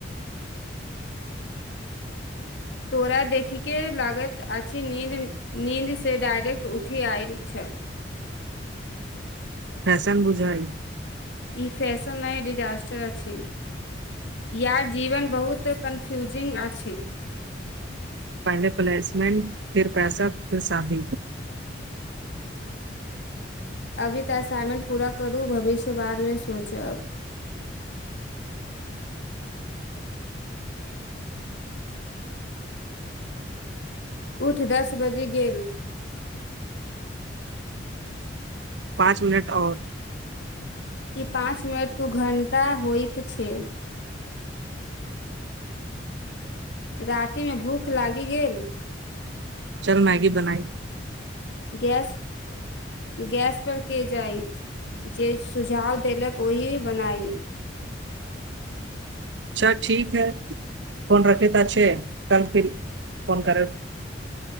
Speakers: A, on the left; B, on the right.
A: तोरा देखये लगैत अछि नी नीन्दसँ डायरेक्ट उठि आयल छल।
B: फैशन बुझाय
A: ई फैशन मे डिजास्टर अछि यार जीवन बहुत कन्फ्यूजिंग अछि।
B: फाइनल प्लेसमंट फिर पैसा फर शादी।
A: अभी तऽ असाइनमेंट पूरा करू भविष्य बादमे सोचब। उठ दस बजे गेल।
B: पाँच मिनट आओर।
A: ई पाँच मिनट तू घण्टा होइतइत छै। राति मे भूख लागि गेल।
B: चल मैगी बनाई।
A: गैस गैस पर के जाइत जे सुझाव देलक ओहिी बनाई।
B: अच्ा ठीक है फोन रखे तऽ अच्छे कल फिर फोन करे।